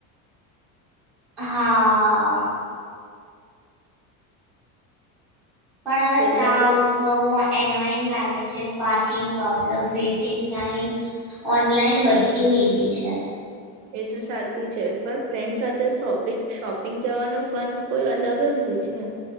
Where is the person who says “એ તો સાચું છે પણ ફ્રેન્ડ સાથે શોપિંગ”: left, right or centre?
Right